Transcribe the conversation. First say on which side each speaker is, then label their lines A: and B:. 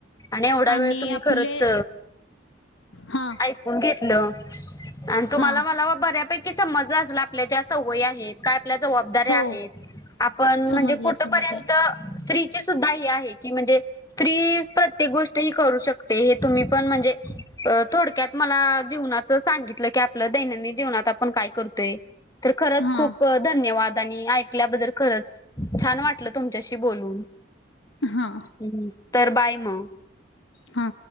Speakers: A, on the left; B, on the left.
A: आणि एवढा
B: आणि
A: वेळ तुम्ही
B: आपले
A: खरंच
B: हा
A: ऐक न घेतलं, आणि तुम्हाला
B: हा
A: मल्ला बऱ्यापैकी समज्जलं असल आपल्या ज्या सव्वयी आहेत काय आपल्या जबाबदऱ्या
B: हो
A: आहेत, आपण
B: समजले
A: म्हणजे कुठपर्यंत
B: समजला
A: स्त्रीची सुद्धा हे आहे की म्हणजे, स्त्री प्रत्येक गोष्ट ही करू शकते हे तुम्ही पण म्हणजे, थोडक्यात मला जीवनाचं सांगितलं की आपलं दैनंदिन जीवनात आपण काय कर त तर खरंच
B: हा
A: खूप त धन्यवाद आणि ऐकल्याबद्दल खरंच, छान वाटलं तुमच्याशी बोलून
B: हा
A: ह तर बाय म.
B: हा.